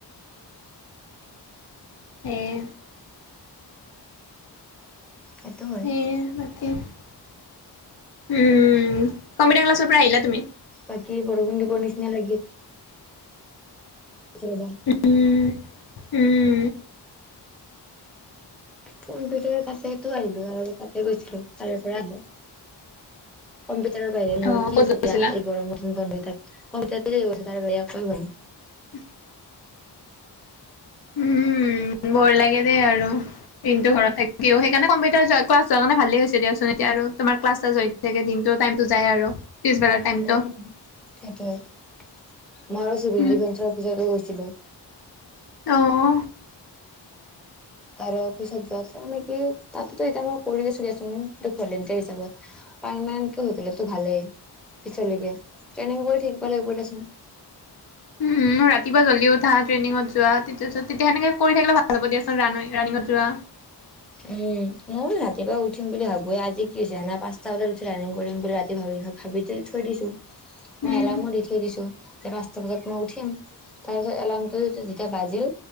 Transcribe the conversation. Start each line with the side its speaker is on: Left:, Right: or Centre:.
Left: উম,
Centre: সেইটো হয়
Left: সেই বাকী উম, কম্পিউটাৰ ক্লাছৰ পৰা আহিলা তুমি
Centre: বাকী, বৰষুণ দিবৰ নিচিনা লাগি <unintelligible>
Left: উম, উম,
Centre: কম্পিউটাৰৰ পাছেতো আহিলো ত তাতে গৈছিলো তাৰে পৰা আহো কম্পিউটাৰৰ বাহিৰে মোৰ
Left: অ
Centre: কি
Left: ক'ত
Centre: আছে
Left: গৈছিলা
Centre: এতিয়া এই গৰম নতন বন্ধু এটাক কবিতাতে লৈ গৈছে তাৰ বেয়া কৈ ভাল
Left: <unintelligible> উম বৰ লাগে দেই আৰু দিনটো ঘৰত থাকে দি সেই কাৰণ কম্পিউটাৰৰ <unintelligible> তেতিকে দিনটোৰ টাইমতো যায় আৰু পিছবেলাৰ টাইমটো
Centre: উ, সেইটোয়ে মই আৰু চিভিল
Left: উম
Centre: ডিভেসৰ অফিচত গৈছিলো
Left: অ',
Centre: তাৰে পিছত যোৱা মানে, কি তাতেতো এতিয়া মই কৰি চলি আছোন ভলেণ্টিয়াৰ হিচাপত পাৰেন্টো ভালেই পিালকে ট্ৰেইং ব থাকিব লাগিব দেচোন
Left: উম, ৰাতিপা জল্দি উঠা, টেইনিঙত যোৱা তাৰ পাছ তেতিয়া সেনেকে কৰি থাকিলে ভাল হ'ব দিয়াচোন ৰা ৰানিঙত যোৱা
Centre: উম, মইয়ো ৰাতিপুৱা উঠিম বুলি ভাবোৱেই আজ কি হৈছে এনা পাঁচটা বজাত উঠি ৰানিং কৰিম বুলি ৰাতি ভাবি ভাবি থ থৈ দিছো মই
Left: উম
Centre: এলাৰ্মো দি থৈ দিছো, যে পাঁচটা বজাত মই উঠিম তাৰ পিছত এলাৰ্মটো এতিয়া বাজিল